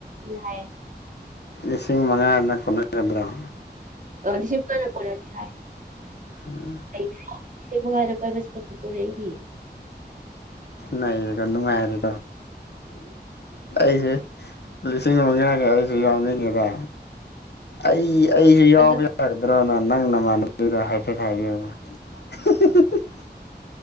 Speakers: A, on the right; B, on the left.
A: ꯍꯥꯏ
B: ꯂꯤꯁꯤꯡ ꯃꯪꯉꯥꯅ ꯀꯣꯟꯅꯒꯗꯔꯣ
A: ꯑꯥ ꯂꯤꯁꯤꯡ ꯃꯉꯥꯅ ꯀꯣꯟꯅꯅꯤ ꯍꯥꯏ
B: ꯎꯝ
A: ꯅꯩꯗꯔꯣ ꯂꯤꯁꯤꯡ ꯃꯪꯉꯥꯅ ꯀꯣꯏꯕ ꯆꯠꯄꯥ ꯐꯪꯗꯣꯔꯦ ꯑꯩꯗꯤ
B: ꯅꯩꯔꯦꯀꯣ ꯅꯨꯡꯉꯥꯏꯔꯤꯀꯣ ꯑꯩꯁꯦ ꯂꯤꯁꯤꯡ ꯃꯪꯉꯥ ꯈꯛ ꯑꯩꯁꯨ ꯌꯥꯎꯅꯤꯡꯉꯦꯗ ꯑꯩ ꯑꯩꯁꯨ ꯌꯥꯎꯕ
A: ꯑꯗꯣ
B: ꯌꯥꯒꯗꯔ꯭ꯅ ꯅꯪ ꯅꯃꯥꯟꯅꯕꯤꯗ ꯍꯥꯏꯐꯦꯠ ꯍꯥꯏꯕꯤꯌꯨ <unintelligible>